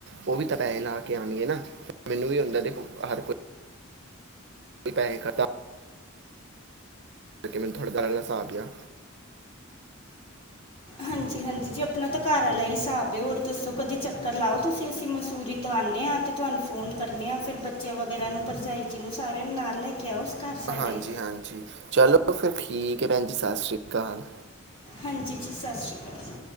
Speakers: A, on the right; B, on the left.
A: ਉਹ ਵੀ ਤਾਂ, ਪੈਸੇ ਲਾ ਕੇ ਆਉਣਗੇ ਨਾ, ਮੈਨੂੰ ਵੀ ਹੁੰਦਾ, ਦੇਖੋ ਹਰ ਕੋਈ ਕੋਈ ਪੈਸੇ, ਖ਼ਤ ਕਰਕੇ ਮੈਨੂੰ ਥੋੜ੍ਹਾ ਦ ਰਹਿਲਾ ਸਾ ਪਿਆ
B: ਹਾਂਜੀ, ਹਾਂਜੀ। ਜੀ -ਜੀ ਆਪਣਾ ਤਾਂ ਘਰ ਆਲਾ ਹੀ ਹਿਸਾਬ ਏ, ਹੋਰ ਦੱਸੋ ਕਦੇ ਚੱਕਰ ਲਾਓ ਤੁਸੀਂ ਅਸੀਂ ਮਸੂਰੀ ਤੋਂ ਆਣੇ ਹਾਂ ਅਤੇ ਤੁਹਾਨੂੰ ਫੋਨ ਕਰਨੇ ਹਾਂ, ਫਿਰ ਬੱਚੇ ਵਗੈਰਾ ਨੂੰ, ਭਰਜਾਈ ਜੀ ਨੂੰ, ਸਾਰਿਆਂ ਨੂੰ ਨਾਲ ਲੈ ਕੇ ਆਓ ਉਸ ਘਰ ਸਾਡੇ
A: ਹਾਂਜੀ -ਹਾਂਜੀ ਚਲੋ। ਅੱਛਾ ਠੀਕ ਹੈ। ਭੈਣ ਜੀ। ਸਤਿ ਸ਼੍ਰੀ ਅਕਾਲ।
B: ਹਾਂਜੀ, ਜੀ, ਜੀ, ਸਤਿ ਸ਼੍ਰੀ ਅਕਾਲ।